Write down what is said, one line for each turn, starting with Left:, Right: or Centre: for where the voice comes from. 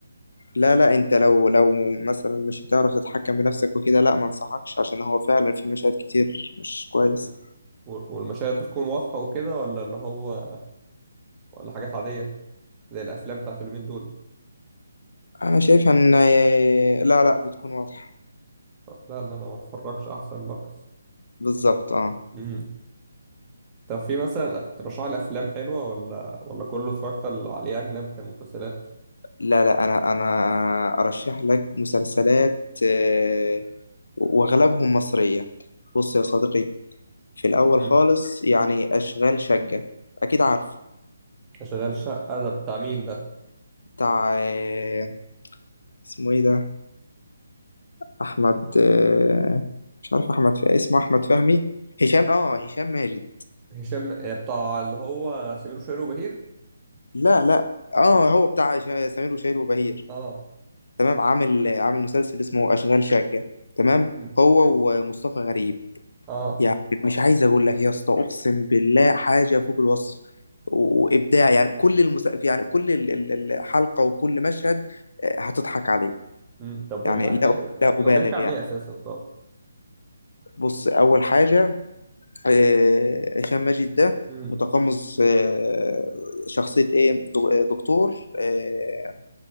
Left: لا لا انت لو لو مثلا مش هتعرف تتحكم بنفسك وكده لا ما انصحكش عشان هو فعلا في مشاهد كتير مش كويس
Right: مم. و- والمشاهد بتكون واضحه وكده ولا اللي هو ولا حاجات عاديه زي الافلام بتاعت اليومين دول
Left: انا شايف ان إيه، لا لا بتكون واضحة
Right: طب لا ده انا ما اتفرجش احسن بقى
Left: بالظبط اه
Right: امم طب في مثلا ترشح لي افلام حلوه ولا ولا كله اتفرجت عليه اجنبي كان مسلسلات
Left: لا لا انا انا ارشح لك مسلسلات آه، واغلبهم مصرية بص يا صديقي في الاول
Right: امم
Left: خالص يعني اشغال شقة اكيد عارف
Right: شغال شقه ده بتاع مين ده
Left: بتاع آه، اسمه ايه ده احمد آه، مش عارف احمد في اسمه احمد فهمي هشام اه هشام ماجد
Right: هشام آه، بتاع اللي هو سمير وشهير وبهير
Left: لا لا اه هو بتاع هشام- سمير وشهير وبهير
Right: اه
Left: تمام عامل عامل مسلسل اسمه اشغال شقة تمام
Right: مم.
Left: هو ومصطفى غريب
Right: اه
Left: يعني مش عايز اقول لك يا اسطى اقسم بالله حاجه فوق الوصف و- وابداع يعني كل المس... يعني كل ال- ال- الحلقه وكل مشهد آه، هتضحك عليه
Right: مم. طب
Left: يعني
Right: والله
Left: لا
Right: حلو يعني
Left: لا ابالغ
Right: طب بيحكي عن
Left: يعني
Right: ايه اساسا طب
Left: بص اول حاجه آه، هشام ماجد ده
Right: مم.
Left: متقمص آه، شخصيه ايه دو- آه، دكتور آه،